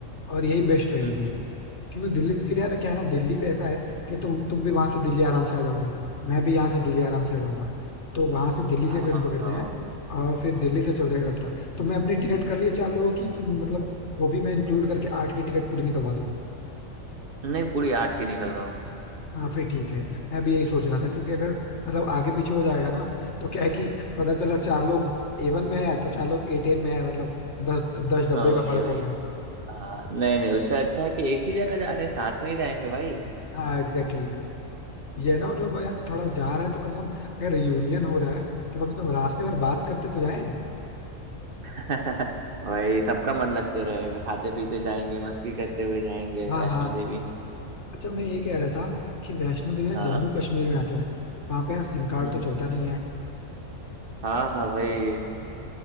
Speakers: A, on the left; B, on the right.
A: और यही बेस्ट रहेगी
B: हम्म हम्म,
A: क्योंकि दिल्ली से फिर यार क्या है ना दिल्ली पे ऐसा है कि तुम तुम भी वहां से दिल्ली आराम से आ जाओगे मैं भी यहाँ से दिल्ली आराम से आ जाऊंगा तो वहां से दिल्ली
B: हाँ
A: से ट्रेन पकड़ते
B: हाँ
A: हैं और फिर दिल्ली से चलते हैं कटरा तो मैं अपनी टिकट कर लिया चार लोगों की कि मतलब वो भी मैं इंक्लूड करके आठ की टिकट पूरी निकलवा दूं
B: नहीं पूरी आठ की निकलवाओ
A: हाँ फिर ठीक है मैं भी यही सोच रहा था क्योंकि अगर मतलब आगे पीछे हो जाएगा ना तो क्या है कि पता चला चार लोग ए वन में है तो चार लोग ए टेन में है मतलब दस दस डब्बे
B: हाँ वही
A: का फर्क
B: वही
A: हो गया
B: हाँ नहीं नहीं उससे अच्छा है कि एक ही जगह जा रहे हैं साथ में ही जाएंगे भाई
A: हाँ एग्जैक्टली ये है ना मतलब यार थोड़ा जा रहा है तो कम से कम अगर रियूनियन हो रहा है तो कम से कम रास्ते पर बात करते तो जाएं
B: <laughs> वही सबका मन लगते रहेगा खाते पीते जाएंगे मस्ती करते हुए जाएंगे
A: हाँ
B: वैष्णो
A: हाँ
B: देवी
A: अच्छा मैं ये कह रहा था कि वैष्णो देवी ना
B: हाँ
A: जम्मू कश्मीर में आता है वहां पे यार सिम कार्ड
B: हम्म
A: तो
B: हम्म।
A: चलता नहीं है
B: हाँ हाँ वही